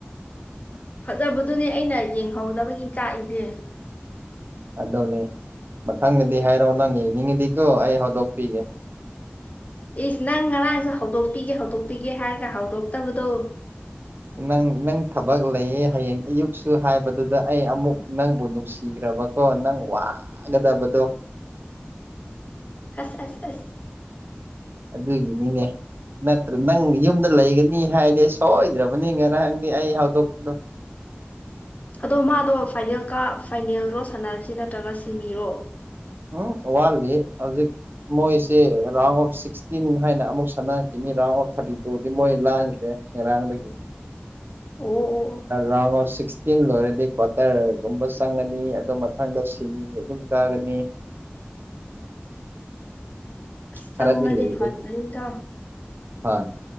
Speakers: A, on the left (about 35°); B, on the right (about 60°).
A: ꯐꯖꯕꯗꯨꯅꯦ ꯑꯩꯅ ꯌꯦꯡꯍꯧꯗꯕꯒꯤ ꯆꯥꯛꯏꯖꯦ꯫
B: ꯑꯗꯨꯅꯦ ꯃꯊꯪꯗꯗꯤ ꯍꯥꯏꯔꯛꯑꯣ ꯅꯪ ꯌꯦꯡꯅꯤꯡꯉꯤꯗꯤꯀꯣ ꯑꯩ ꯍꯧꯗꯣꯛꯄꯤꯒꯦ꯫
A: ꯏꯁ ꯅꯪ ꯉꯔꯥꯡꯁꯨ ꯍꯧꯗꯣꯛꯄꯤꯒꯦ ꯍꯧꯗꯣꯛꯄꯤꯒꯦ ꯍꯥꯏꯔꯒ ꯍꯧꯗꯣꯛꯇꯕꯗꯣ꯫
B: ꯅꯪ ꯅꯪ ꯊꯕꯛ ꯂꯩꯌꯦ ꯍꯌꯦꯡ ꯑꯌꯨꯛꯁꯨ ꯍꯥꯏꯕꯗꯨꯗ ꯑꯩ ꯑꯃꯨꯛ ꯅꯪꯕꯨ ꯅꯨꯡꯁꯤꯔꯕ꯫ ꯑꯣ ꯅꯪ ꯋꯥꯒꯗꯕꯗꯣ꯫
A: ꯑꯁ ꯑꯁ ꯑꯁ
B: ꯑꯗꯨꯒꯤꯅꯤꯅꯦ ꯅꯠꯇ꯭ꯔ ꯅꯪ ꯌꯨꯝꯗ ꯂꯩꯒꯅꯤ ꯍꯥꯏꯗꯤ ꯁꯣꯏꯗ꯭ꯔꯕꯅꯤ ꯉꯔꯥꯡꯗꯤ ꯑꯩ ꯍꯧꯗꯣꯛꯄꯗꯣ꯫
A: ꯑꯗꯣ ꯃꯥꯗꯣ ꯐꯥꯏꯅꯦꯜ ꯀꯥ ꯐꯥꯏꯅꯦꯜꯔꯣ ꯁꯥꯟꯅꯔꯤꯁꯤ ꯅꯠꯇ꯭ꯔꯒ ꯁꯤꯃꯤꯔꯣ꯫
B: ꯎꯝ ꯋꯥꯜꯂꯤ ꯍꯧꯖꯤꯛ ꯃꯣꯏꯁꯦ ꯔꯥꯎꯟ ꯑꯣꯐ ꯁꯤꯛꯁꯇꯤꯟ ꯍꯥꯏꯅ ꯑꯃꯨꯛ ꯁꯥꯟꯅꯈꯤꯅꯤ ꯔꯥꯎꯟ ꯑꯣꯐ ꯊꯥꯔꯇꯤ ꯇꯨꯗꯤ ꯃꯣꯏ ꯂꯥꯟꯈ꯭ꯔꯦ꯫ ꯉꯔꯥꯡꯗꯩ
A: <unintelligible> ꯑꯣ ꯑꯣ ꯑꯣ
B: ꯔꯐ ꯇꯤꯟ ꯂꯣꯏꯔꯗꯤ ꯀ꯭ꯋꯥꯇꯔꯒꯨꯝꯕ ꯆꯪꯒꯅꯤ ꯑꯗꯨꯗ ꯃꯊꯪꯗ ꯁꯤꯂꯤ ꯑꯗꯨꯝ ꯀꯥꯒꯅꯤ
A: ꯑꯁ
B: ꯈꯔꯗꯤ
A: ꯆꯪꯉꯗꯤ
B: ꯂꯩꯗꯤ
A: ꯐꯅꯤꯗ
B: ꯍꯣꯏ